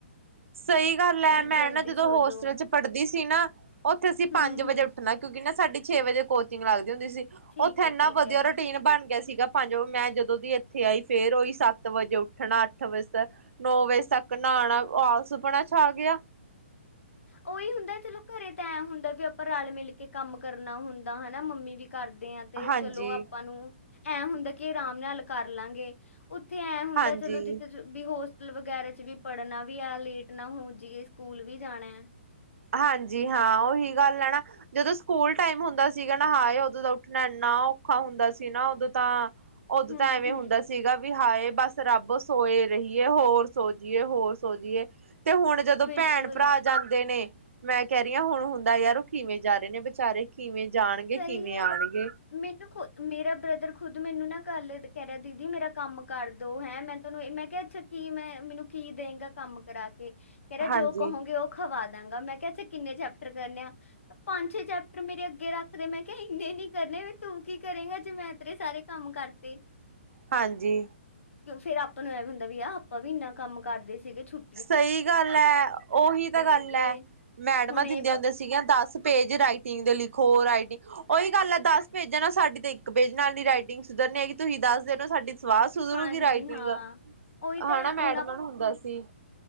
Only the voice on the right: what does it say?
ਸਈ ਗੱਲ ਐ, ਮੈਂ
ਨਾ ਜਦੋਂ
ਹੋਸਟਲ
ਚ ਪੜਦੀ ਸੀ ਨਾ ਓਥੇ ਅਸੀਂ ਪੰਜ
ਵਜੇ
ਉੱਠਣਾ, ਕਿਉਂਕਿ ਨਾ ਸਾਡੀ ਛੇ ਵਜੇ ਕੋਚਿੰਗ ਲੱਗਦੀ ਹੁੰਦੀ ਸੀ।
ਓਥੇ
ਏਨਾ
ਵਧੀਆ
ਰੂਟੀਨ ਬਨ ਗਯਾ ਸੀਗਾ। ਪੰਜ ਓ ਮੈਂ ਜਦੋਂ ਦੀ ਏਥੇ ਆਈ ਫੇਰ ਓਈ ਸੱਤ ਵਜੇ ਉੱਠਣਾ, ਅੱਠ ਵਜੇ ਤ ਨੌ ਵਜੇ ਤੱਕ ਨਾਣਾ ਆਲ ਸੁਪਨਾ ਛਾ ਗਿਆ। <inaudible>
ਹਾਂਜੀ,
ਹਾਂਜੀ,
ਹਾਂਜੀ ਹਾਂ ਓਹੀ ਗੱਲ ਐ ਨਾਂ। ਜਦੋਂ ਸਕੂਲ ਟਾਈਮ ਹੁੰਦਾ ਸੀਗਾ ਨਾ ਹਾਏ! ਓਦੋਂ ਦਾ ਉੱਠਣਾ ਏਨਾ ਔਖਾ ਹੁੰਦਾ ਸੀ ਨਾ, ਓਦੋਂ ਤਾਂ ਓਦੋਂ
ਤਾਂ ਐਵੇਂ
ਹੁੰਦਾ ਸੀਗਾ ਵੀ ਹਾਏ! ਬਸ ਰੱਬ ਸੋਏ ਰਹੀਏ ਹੋਰ ਸੋ ਜੀਏ ਹੋਰ। ਸੋ ਜੀਏ ਤੇ ਹੁਣ ਜਦੋਂ ਭੈਣ-ਭਰਾ
ਜਾਂਦੇ ਨੇ ਮੈਂ ਕੈ ਰਿਆਂ ਹੁਣ ਹੁੰਦਾ ਯਾਰ ਓ ਕਿਵੇਂ ਜਾ ਰੇਨੇ, ਵਿਚਾਰੇ ਕਿਵੇਂ ਜਾਨਗੇ
ਰ ਕਿਵੇਂ
ਆਣਗੇ?
ਹਾਂਜੀ,
ਹਾਂਜੀ।
ਸਈ ਗੱਲ ਐ, ਓਹੀ ਤਾਂ ਗੱਲ
ਐ, ਮੈਡਮਾਂ
ਦਿੰਦੀਆਂ
ਹੁੰਦੀ ਸੀਗੀਆਂ, ਦਸ ਪੇਜ ਰਾਈਟਿੰਗ ਦੇ ਲਿਖੋ ਰਾਈਟਿੰਗ ਓਈ ਗੱਲ ਐ ਦਸ ਪੇਜਾ ਨਾਲ ਸਾਡੀ ਤੇ ਇੱਕ ਪੇਜ ਨਾਲ ਨੀਂ ਰਾਈਟਿੰਗ ਸੁਧਰਨੀ ਹੈਗੀ, ਤੁਸੀਂ ਦੱਸ ਦੇ ਸਾਡੀ ਸਵਾਹ ਸੁਧਰੂਗੀ
ਰਾਈਟਿੰਗ
ਹਨਾ,
ਮੈਡਮਾਂ
ਨੂੰ ਹੁੰਦਾ ਸੀ।